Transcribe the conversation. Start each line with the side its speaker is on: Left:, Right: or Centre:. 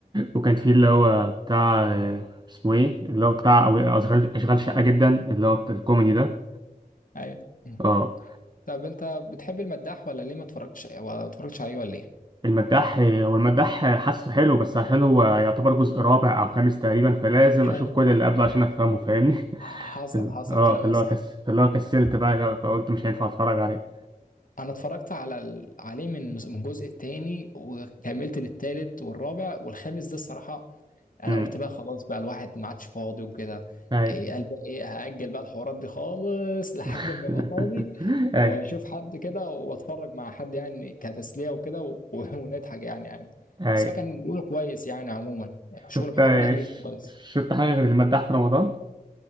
Right: وكان في اللي هو بتاع آه، اسمه ايه اللي هو بتاع أو- أشغال أشغال شقة جدا اللي هو بتاع الكوميدي ده
Left: ايوه مم.
Right: اه
Left: طب انت بتحب المداح ولا ليه ما اتفرجتش ولا اتفرجتش عليه ولا ايه؟
Right: المداح هو المداح حاسه حلو بس عشان هو يعتبر جزء رابع او خامس تقريبا فلازم
Left: خامس
Right: اشوف كل اللي قبله عشان افهمه فاهمني
Left: ح-
Right: <laughs>
Left: حصل
Right: فال-
Left: حصل
Right: اه
Left: كلامك
Right: فاللي
Left: صحيح
Right: هو كس فاللي هو كسلت بقى فقلت مش هينفع اتفرج عليه
Left: انا اتفرجت على ال... عليه من من الجزء الثاني وكملت للثالث والرابع والخامس ده الصراحة انا
Right: امم
Left: قلت بقى خلاص بقى الواحد ما عادش فاضي وكده
Right: اي
Left: إيه قال بقى ايه هأجل بقى الحوارات دي خالص <laughs> لحد
Right: <laughs>
Left: ما ابقى فاضي
Right: اي
Left: واشوف حد كده واتفرج مع حد يعني كتسلية وكده و- <laughs> ونضحك يعني عادي
Right: اي
Left: بس هو كان بيقول كويس يعني عموما شغل
Right: شفت
Left: محمد هلال
Right: ش-
Left: كان كويس
Right: شفت حاجه غير المداح في رمضان